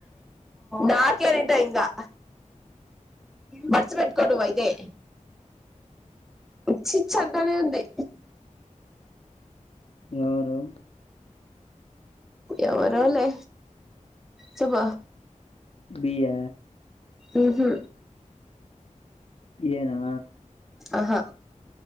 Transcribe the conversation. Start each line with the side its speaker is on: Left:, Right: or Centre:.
Centre: నాకే పెంటందా బస్సు పెట్టుకో నువైతే ఇచ్చిచ్ అంటేనే ఉంది
Left: ఎవరు
Centre: ఎవరోలే చెప్ప
Left: బి య
Centre: ఉహు
Left: ఏనా
Centre: ఆహా